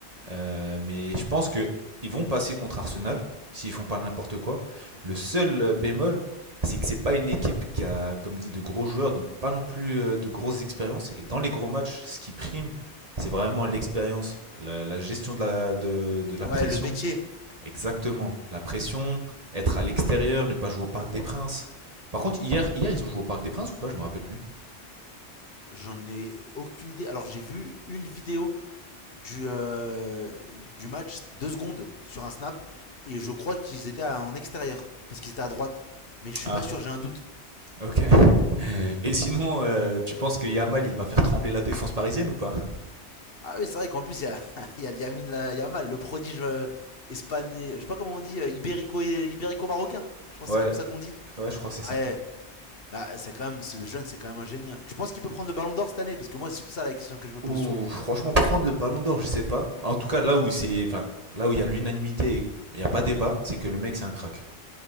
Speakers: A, on the right; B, on the left.
A: Euh, mais je pense que ils vont passer contre Arsenal s'ils font pas n'importe quoi. Le seul euh, bémol, c'est que c'est pas une équipe qui a, comme dit, de gros joueurs, donc pas non plus euh, de grosses expériences. Et dans les gros matchs, ce qui prime, c'est vraiment l'expérience, la, la gestion de la, de, de la
B: Ouais,
A: pression.
B: le métier.
A: Exactement, la pression, être à l'extérieur, ne pas jouer au Parc des Princes. Par contre, hier, hier ils ont joué au Parc des Princes ou pas Je me rappelle plus.
B: J'en ai aucune idée. Alors, j'ai vu une vidéo du, euh, du match, deux secondes, sur un snap. Et je crois qu'ils étaient en extérieur. Parce qu'ils étaient à droite. Mais je suis
A: Ah,
B: pas sûr, j'ai un doute.
A: ok. Et sinon, euh, tu penses que Yamal, il va faire trembler la défense parisienne ou pas
B: Ah oui, c'est vrai qu'en plus, il y a, <laughs> il y a Lamine La- Yamal, le prodige euh, espagnol, je sais pas comment on dit, euh, ibérico, ibérico-marocain. Je pense
A: Ouais,
B: que c'est comme ça qu'on dit.
A: ouais, je crois que c'est ça.
B: Ouais, bah, c'est quand même, ce jeune, c'est quand même un génie. hein. Tu penses qu'il peut prendre le ballon d'or cette année Parce que moi, c'est surtout ça la question que je me pose
A: Ou
B: sur lui.
A: franchement, prendre le ballon d'or, je sais pas. En tout cas, là où c'est, enfin, là où il y a l'unanimité et il n'y a pas débat, c'est que le mec, c'est un crack.